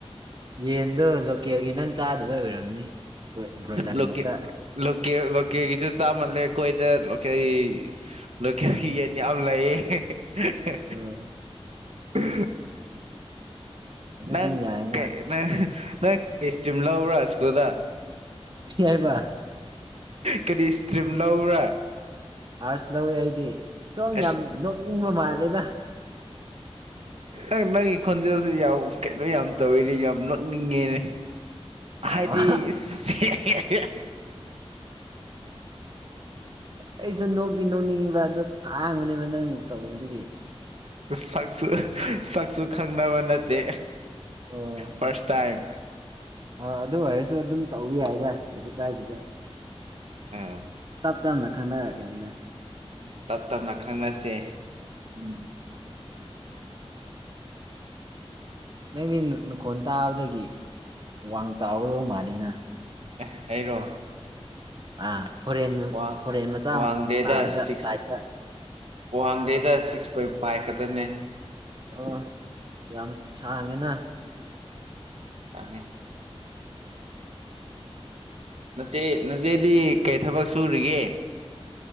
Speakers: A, on the right; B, on the right.
A: ꯌꯦꯟꯗꯣ ꯂꯣꯀꯦꯜꯒꯤ ꯅꯪ ꯆꯥꯗꯕꯩ ꯑꯣꯏꯔꯝꯅꯤ ꯕ꯭ꯔꯣ- ꯕ꯭ꯔꯣꯏꯂꯔ
B: ꯂꯣꯀꯦ
A: ꯉꯥꯛꯇ
B: ꯂꯣꯀꯦꯜ ꯂꯣꯀꯦꯒꯤꯁꯨ ꯆꯥꯃꯜꯂꯦ ꯑꯩꯈꯣꯏꯗ ꯂꯣꯀꯦꯜꯒꯤ ꯂꯣꯀꯦꯜꯒꯤ ꯌꯦꯟ ꯌꯥꯝ ꯂꯩꯌꯦ ꯍꯦ ꯍꯦ
A: ꯑꯣ
B: ꯑꯍꯨ
A: ꯑꯗꯨꯗꯤ
B: ꯅꯪ
A: ꯌꯥꯏꯅ
B: ꯀꯩ ꯅꯪ ꯅꯪ ꯀꯩ ꯏꯁꯇ꯭ꯔꯤꯝ ꯂꯥꯎꯕ꯭ꯔꯥꯥ ꯁꯀ꯭ꯨꯜꯗ
A: ꯀꯔꯤ ꯍꯥꯏꯕ
B: ꯀꯔꯤ ꯏꯁꯇ꯭ꯔꯤꯝ ꯂꯧꯕ꯭ꯔꯥ
A: ꯑꯥꯔꯠꯁ ꯂꯧꯋꯦ ꯑꯩꯗꯤ ꯁꯣꯝ
B: ꯑꯁ
A: ꯌꯥꯝ ꯅꯣꯛꯅꯤꯡꯕ ꯃꯥꯜꯂꯦꯗ
B: ꯑꯩ ꯅꯪꯒꯤ ꯈꯣꯟꯖꯦꯜꯁꯤ ꯌꯥꯝ ꯀꯩꯅꯣ ꯌꯥꯝ ꯇꯧꯋꯤꯅꯦ ꯌꯥꯝ ꯅꯣꯛꯅꯤꯡꯉꯦꯅꯦ
A: ꯑꯣ
B: ꯍꯥꯏꯗꯤ ꯁꯤ ꯑꯦ ꯑꯦ
A: ꯑꯩꯁꯨ ꯅꯣꯛꯇꯤ ꯅꯣꯛꯅꯤꯡꯉꯤꯕ ꯑꯗꯨ ꯈꯥꯡꯕꯅꯦꯕ ꯅꯪ ꯇꯧꯕꯗꯒꯤ
B: ꯁꯛꯁꯨ ꯁꯛꯁꯨ ꯈꯪꯅꯕ ꯅꯠꯇꯦ
A: ꯑꯣ
B: ꯐꯥ꯭ꯔꯁ ꯇꯥꯏꯝ
A: ꯑ ꯑꯗꯨ ꯑꯣꯏꯔꯁꯨ ꯑꯗꯨꯝ ꯇꯧꯕ ꯌꯥꯏꯗ ꯀꯩꯁꯨ ꯀꯥꯏꯗꯦꯗ
B: ꯎꯝ
A: ꯇꯞ ꯇꯞꯅ ꯈꯪꯅꯔꯛꯀꯅꯤꯗ
B: ꯎꯝ ꯇꯞ ꯇꯞꯅ ꯈꯟꯅꯁꯦ
A: ꯎꯝ ꯅꯪꯗꯤ ꯅꯈꯣꯟ ꯇꯥꯕꯗꯒꯤ ꯋꯥꯡ ꯆꯥꯎꯗꯧ ꯃꯥꯂꯦꯅ
B: ꯑꯦ ꯑꯩꯔꯣ
A: ꯑꯥ ꯐꯣꯔꯦꯟ
B: ꯋꯥꯡ
A: ꯐꯣꯔꯦꯟ ꯃꯆꯥ
B: ꯋꯥꯡꯗꯦꯗ
A: ꯑꯃ ꯇꯥꯕꯗ
B: ꯁꯤꯛꯁ
A: ꯂꯥꯏꯛꯇ
B: ꯋꯥꯡꯗꯦꯗ ꯁꯤꯛꯁ ꯄꯣꯏꯟ ꯐꯥꯏꯚ ꯈꯛꯇꯅꯦ
A: ꯑ ꯌꯥꯝ ꯁꯥꯡꯉꯦꯅ
B: ꯋꯥꯡꯉꯦ ꯅꯆꯦ ꯅꯆꯦꯗꯤ ꯀꯔꯤ ꯊꯕꯛ ꯁꯨꯔꯤꯒꯦ